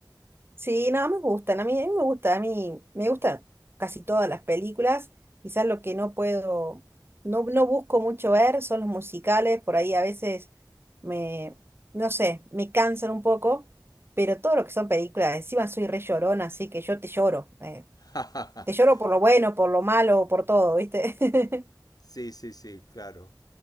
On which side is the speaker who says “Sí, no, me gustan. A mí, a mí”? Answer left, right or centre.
Right